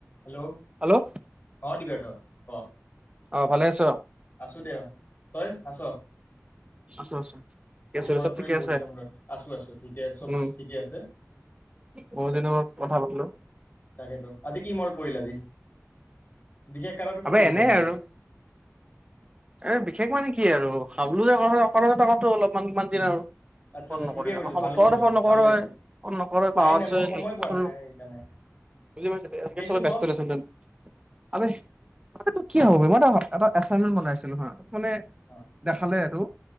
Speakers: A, on the left; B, on the right.
A: Hello
B: hello
A: অ' দিৰ্বাথ ক।
B: অ' ভালে আছ?
A: আছো দে, তই আছ?
B: আছো আছো,
A: আজি মনত
B: চব
A: পৰিল
B: ঠিকে
A: বহুত
B: আছে?
A: দিনৰ মূৰত আছো আছো ঠিকে চব
B: উম
A: ঠিকে আছে
B: বহুত দিনৰ মুৰত কথা পাতিলো।
A: তাকেতো। আজি কি মনত পৰিল আজি? বিশেষ কাৰণত ফোন
B: আবে
A: কৰিছ
B: এনে
A: নেকি
B: আৰু, এ বিশেষ মানে কি, কি আৰু খাবলৈ <unintelligible> অলপমান কিমান দিন আৰু
A: আচ্ছা
B: ফোন
A: আচ্ছা
B: নকৰিবি
A: ঠিকে কৰিছ
B: <unintelligible>
A: ভাল
B: তোৰ
A: কৰিছ
B: ফোন নকৰ
A: ভাল লাগিছে
B: এ, ফোন নকৰ এ পাহৰচ
A: নাই নাই মই
B: এ
A: সময় পোৱা
B: ফোন,
A: নাই নাই সেইকাৰণে
B: বুজি পাইছো এনকে
A: দেচোন
B: চবেই ব্যস্ত
A: ক
B: দে চোন, অবে। অবে তোৰ কি হ'ব বে, মই এটা, এটা এচাইনমেন্টত বনাইছিলো হা। মানে,
A: অ
B: দেখালে আৰু।